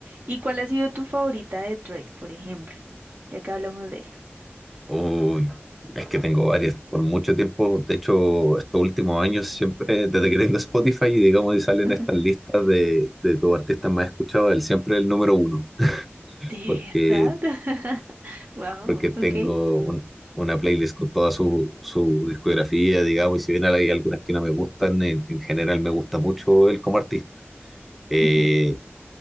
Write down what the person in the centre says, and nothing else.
Uy, es que tengo varias. Por mucho tiempo, de hecho, estos últimos años, siempre, desde que tengo Spotify, y digamos, y salen
estas listas de, de tus artistas más escuchados, él siempre es el número uno,
porque,
porque tengo
un- una playlist con toda su, su discografía, digamos, y si bien hay algunas que no me gustan, en, en general me gusta mucho él como artista. Eh,